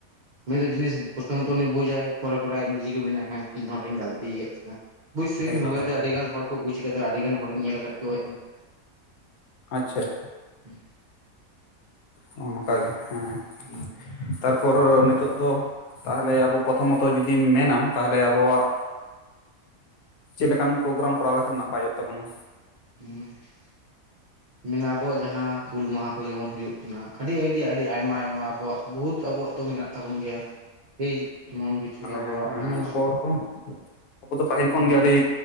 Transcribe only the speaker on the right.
ᱩᱱᱤ ᱫᱚ ᱡᱤᱱᱤᱥ ᱯᱨᱚᱛᱷᱚᱢᱚᱛᱚ ᱩᱱᱤ ᱵᱩᱡᱟᱭ ᱯᱚᱨᱮ ᱯᱚᱨᱮ ᱟᱡ ᱱᱤᱡᱮ ᱜᱮ ᱢᱮᱱᱟᱭ ᱦᱮᱸ ᱱᱚᱣᱟ ᱠᱚ ᱤᱧ ᱜᱟᱹᱞᱛᱤᱭ ᱠᱮᱫ ᱛᱟᱦᱮᱸ ᱾ ᱵᱩᱡᱽᱥᱩᱡᱽ
ᱱᱚᱝᱠᱟᱛᱮ
ᱟᱹᱰᱤ ᱜᱟᱱ ᱦᱚᱲ ᱠᱚ ᱵᱩᱡᱽ ᱟᱠᱟᱫᱟ ᱟᱹᱰᱤ ᱜᱟᱱ ᱦᱚᱲᱤᱧ ᱧᱮᱞ ᱟᱠᱟᱫ ᱠᱚᱣᱟ ᱤᱧ ᱾
ᱦᱮᱸᱻ
ᱦᱚᱸ᱾
ᱩᱸ ᱢᱮᱱᱟ ᱟᱵᱚᱣᱟᱜ ᱡᱟᱦᱟᱸ ᱦᱩᱞ ᱢᱟᱦᱟ ᱠᱚ ᱡᱮᱢᱚᱱ ᱦᱩᱭᱩᱜ ᱠᱟᱱᱟ ᱟᱹᱰᱤ, ᱟᱹᱰᱤᱼᱟᱹᱰᱤ ᱟᱭᱢᱟ ᱟᱭᱢᱟ ᱟᱵᱚᱣᱟᱜ ᱵᱩᱦᱩᱛ ᱟᱵᱚᱣᱟᱜ ᱫᱚ ᱢᱮᱱᱟᱜᱼᱼ ᱛᱟᱵᱚᱱ ᱜᱮᱭᱟ ᱮᱭ ᱮᱢᱚᱱ ᱠᱤᱪᱷᱩ
ᱟᱵᱚᱣᱟᱜ
ᱮᱢᱚᱱᱼᱼ